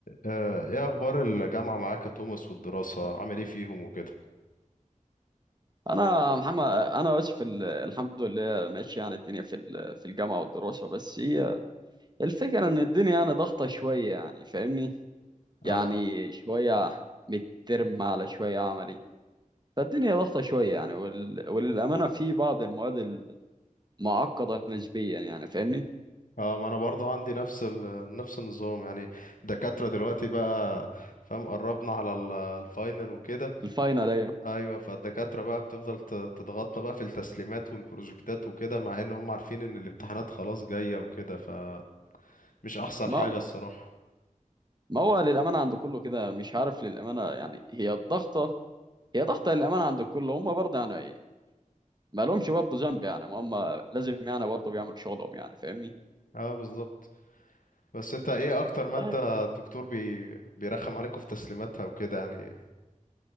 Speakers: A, on the left; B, on the right.
A: آه، ايه اخبار الجامعة معاك يا توماس والدراسة عامل ايه فيهم وكده
B: انا محمد انا اسف ال- الحمد لله ماشي يعني الدنيا في ال- في الجامعه والدراسه بس هي الفكره ان الدنيا يعني ضغطه شويه يعني فاهمني يعني
A: اه
B: شويه مترم على شويه عملي فالدنيا ضغطه شويه يعني وال... وللامانه في بعض المواد المعقده نسبيا يعني فاهمني
A: اه ما انا برضه عندي نفس ال... نفس النظام يعني الدكاترة دلوقتي بقى فاهم قربنا على ال- الفاينل وكده
B: الفاينل ايوه
A: ايوه فالدكاترة بقى بتفضل ت- تضغطنا بقى في التسليمات والبروجكتات وكده مع ان هم عارفين ان الامتحانات خلاص جاية وكده فمش احسن
B: ما
A: حاجة
B: هو
A: الصراحة
B: ما هو للامانه عند كله كده مش عارف للامانه يعني هي الضغطه هي ضغطه للامانه عند الكل هم برضه يعني ما لهمش برضه ذنب يعني ما هم لازم يعني برضه بيعملوا شغلهم يعني فاهمني
A: اه بالظبط بس انت ايه اكتر مادة
B: طيب
A: الدكتور بي... بيرخم عليكم في تسليماتها وكده يعني